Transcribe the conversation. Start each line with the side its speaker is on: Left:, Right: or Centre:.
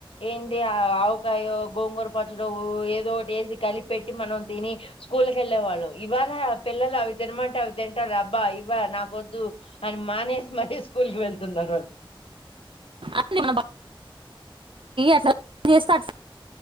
Left: ఏంటి ఆ ఆవుకాయో గోంగూర పచ్చడు ఏదోటి వేసి కలిపెట్టి మనం తిని స్కూళ్లకి వెళ్ళే వాళ్ళు ఇవాల పిల్లలు అవి తినమంటే అవి తింటారు అబ్బా ఇవ్వ నాకొద్దు అని మానేసి మరి స్కూల్ కి వెళ్తున్నారు
Right: అే <unintelligible> మన అసలు చేస్తే అట్